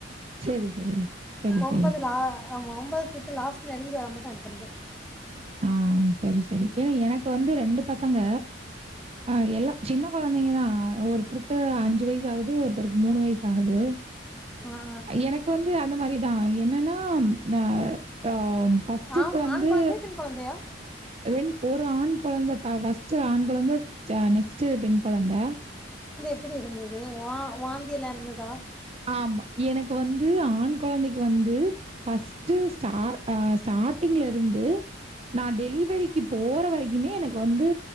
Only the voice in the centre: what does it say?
ஒன்பதுல
ஆ ஆமா ஒன்பது க் லாஸ்ட் நெங்கி வரும்தான் எடுத்திருந்தது
ஆ
ஆ ஆண்
ஆண் கொழந்தையா பெண் கொழந்தையா
எப்படி இருந்தது அ வா வாந்திலா இருந்துதா